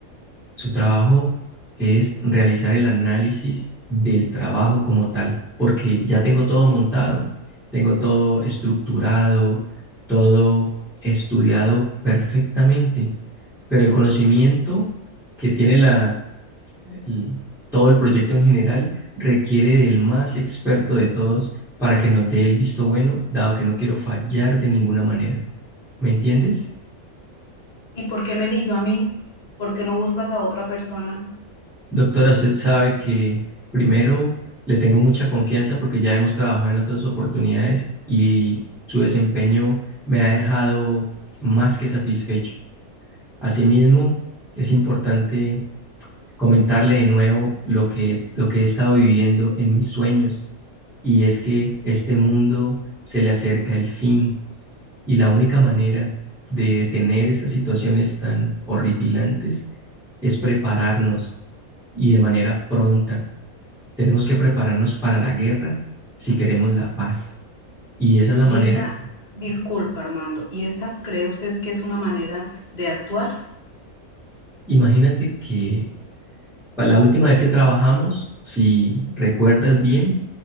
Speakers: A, in the centre; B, on the left.
A: Su trabajo es realizar el análisis del trabajo como tal, porque ya tengo todo montado, tengo todo estructurado, todo estudiado perfectamente, pero el conocimiento que tiene la l- todo el proyecto en general requiere del más experto de todos para que nos dé el visto bueno, dado que no quiero fallar de ninguna manera. ¿Me entiendes?
B: ¿Y por qué me eligió a mí? ¿Por qué no buscas a otra persona?
A: Doctora, usted sabe que primero le tengo mucha confianza porque ya hemos trabajado en otras oportunidades y su desempeño me ha dejado más que satisfecho. Asimismo, es importante comentarle de nuevo lo que, lo que he estado viviendo en mis sueños y es que este mundo se le acerca el fin y la única manera de detener esas situaciones tan horripilantes es prepararnos y de manera pronta. Tenemos que prepararnos para la guerra si queremos la paz. Y esa es la
B: Y
A: manera
B: esta,
A: que,
B: disculpa, Armando, ¿y esta cree usted que es una manera de actuar?
A: imagínate que la última vez que trabajamos, si recuerdas bien,